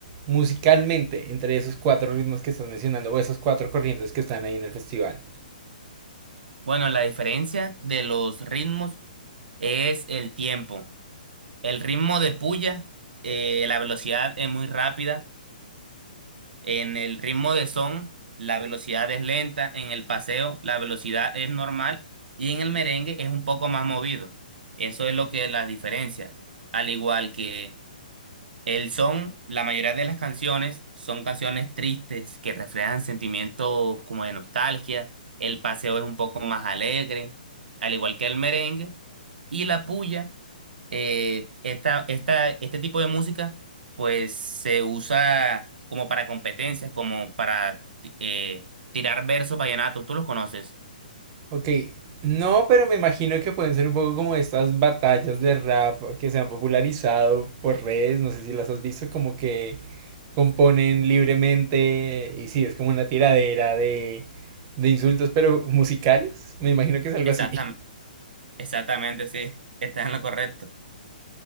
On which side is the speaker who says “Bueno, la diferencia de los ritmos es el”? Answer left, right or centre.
Right